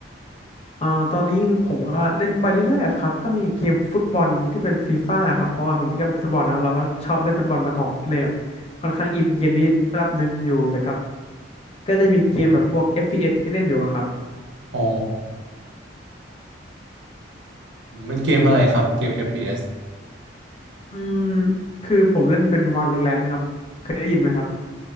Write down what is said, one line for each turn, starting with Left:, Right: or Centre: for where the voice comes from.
Left: อ่าตอนนี้คือผมก็เล่นไปเรื่อยๆครับก็มีเกมฟุตบอลที่เป็นฟีฟ่าครับเพราะว่ามันเป็นก็เป็นฟุตบอลเนอะเราก็ชอบเล่นฟุตบอลมาก่อนก็เลยแบบค่อนข้างอินเกมนี้ระดับหนึ่งอยู่แต่กับก็จะมีเกมแบบพวก FPS ที่เล่นอยู่อะครับ
Right: อ๋อเป็นเกมอะไรครับเกมเอฟพีเอส
Left: อืมคือผมเล่นเป็น Valorant ครับเคยได้ยินไหมครับ